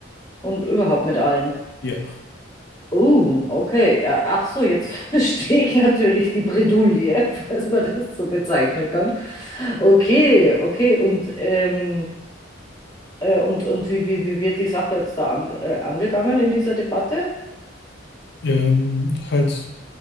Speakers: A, on the left; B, on the left.
A: und überhaupt mit allem.
B: Ja.
A: Oh, okay. Ja, ach so, jetzt <laughs> verstehe ich natürlich die Bredouille, <laughs> falls man das so bezeichnen kann. Okay, okay. Und, ähm, äh, und, und wie, wie, wie wird die Sache jetzt da an, äh, angegangen in dieser Debatte?
B: Ähm, halt,